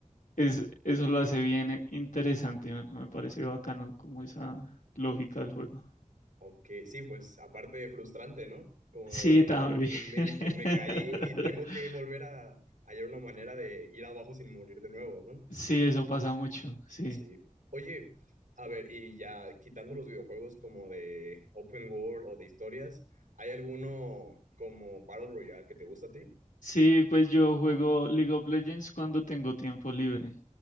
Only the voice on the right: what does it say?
ok. Sí, pues aparte de frustrante, ¿no? Como
de,
no inventes,
me caí y tengo que volver a hallar una manera de ir abajo sin morir de nuevo, ¿no?
Sí. Oye, a ver, y ya quitando los videojuegos como de open world o de historias, ¿hay alguno como Battle Royale que te gusta a ti?